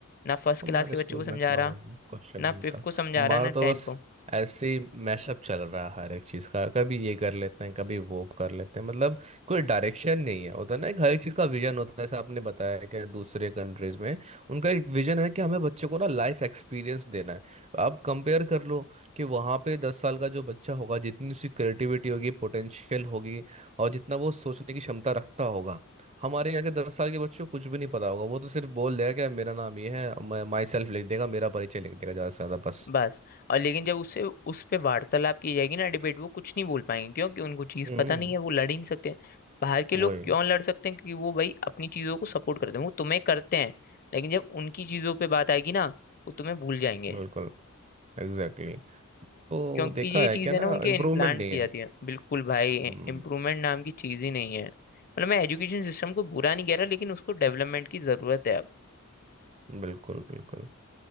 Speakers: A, on the left; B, on the right.
A: ना फर्स्ट
B: हमारे
A: क्लास के
B: स्कूल
A: बच्चों को समझा
B: में कहाँ
A: रहा
B: कुछ नहीं
A: ना
B: होता
A: फिफ्थ को समझा
B: हमारा
A: रहा ना
B: तो
A: टेंथ
B: बस
A: को
B: ऐसे ही मैशअप चल रहा है हर एक चीज़ का कभी ये कर लेते हैं कभी वो कर लेते हैं मतलब कोई डायरेक्शन नहीं है होता ना एक हर एक चीज़ का विजन होता है जैसे आपने बताया कि दूसरे कंट्रीज में उनका एक विजन है कि हमें बच्चों को ना लाइफ एक्सपीरियंस देना है आप कंपेयर कर लो कि वहाँ पे दस साल का जो बच्चा होगा जितनी उसकी क्रिएटिविटी होगी पोटेंशियल होगी और जितना वो सोचने की क्षमता रखता होगा हमारे यहाँ के दस साल के बच्चों को कुछ भी नहीं पता होगा वो तो सिर्फ बोल देगा कि मेरा नाम ये है मैं माई सेल्फ लिख देगा मेरा परिचय लिख देगा ज़्यादा से ज़्यादा बस
A: बस और लेकिन जब उससे उस पे वार्तालाप की जाएगी ना डिबेट वो कुछ नहीं बोल पाएंगे क्योंकि उनको चीज़
B: हम्म
A: पता नहीं है वो लड़ ही नहीं सकते बाहर के
B: वही
A: लोग क्यों लड़ सकते हैं क्योंकि वो भाई अपनी चीज़ों को सपोर्ट करते हैं वो तुम्हें करते हैं लेकिन जब उनकी चीज़ों पे बात आएगी ना वो तुम्हें भूल जाएंगे
B: बिल्कुल Exactly exactly. तो
A: क्योंकि
B: देखा
A: ये चीज़ें
B: है क्या ना
A: ना उनके
B: इम्प्रूवमेंट
A: इम्प्लांट
B: नहीं
A: की
B: है
A: जाती है बिल्कुल भाई
B: हम्म
A: इम्प्रूवमेंट नाम की चीज़ ही नहीं है मतलब मैं एजुकेशन सिस्टम को बुरा नहीं कह रहा लेकिन उसको डेवलपमेंट की ज़रूरत है अब
B: बिल्कुल बिल्कुल